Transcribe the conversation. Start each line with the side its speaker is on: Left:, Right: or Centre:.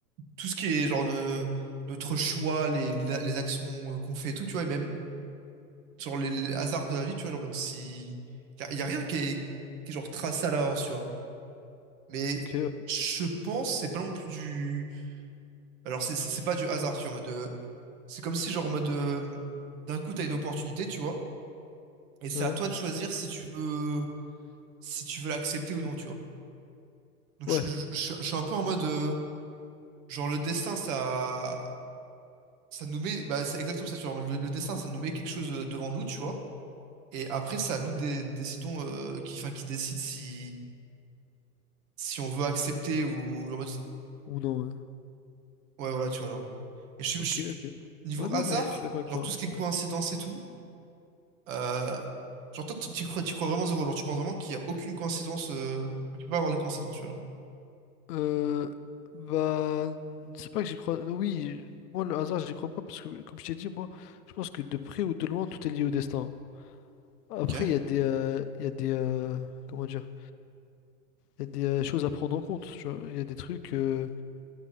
Right: tout ce qui est, genre, ne- notre choix, les, les, les actions euh, qu'on fait et tout, tu vois, et même, sur les, les hasards de la vie, tu vois, genre, en mode si. Y a, y a rien qui est, qui est, genre, tracé à l'avance, tu vois. Mais
Left: ok, ouais,
Right: je pense, c'est pas non plus Alors, c'est c'est- c'est pas du hasard, tu vois, en mode. euh, C'est comme si, genre, en mode. euh, D'un coup, t'as une opportunité, tu vois. Et c'est
Left: ouais,
Right: à toi de choisir si tu veux, si tu veux l'accepter ou non, tu vois. Donc,
Left: Ouais.
Right: je, je- je- je suis un peu en mode. euh, Genre, le destin, ça. Ça nous met. Bah, c'est exactement ça, tu vois. Le, le destin, ça nous met quelque chose euh, devant nous, tu vois. Et après, c'est à nous de décidons. euh, qui, enfin, qui décide si. Si on veut accepter ou. en mode-
Left: ou non, ouais.
Right: Ouais, voilà, tu vois, alors. Et je suis.
Left: Ok,
Right: je suis-
Left: ok.
Right: Niveau
Left: Ouais, non,
Right: hasard,
Left: mais je suis d'accord avec
Right: genre,
Left: toi.
Right: tout ce qui est
Left: ouais.
Right: coïncidence et tout. Euh, genre, toi, tu tu crois, tu crois vraiment zéro. Genre, tu penses vraiment qu'il n'y a aucune coïncidence. Euh... Tu peux pas avoir de coïncidence, tu vois. genre.
Left: Euh, bah, c'est pas que j'y crois. Oui, moi, le hasard, j'y crois pas parce que, comme je t'ai dit, moi, je pense que de près ou de loin, tout est lié au destin. Après,
Right: Ok.
Left: il y a des, euh, il y a des, euh, comment dire? Il y a des euh, choses à prendre en compte, tu vois. Il y a des trucs euh,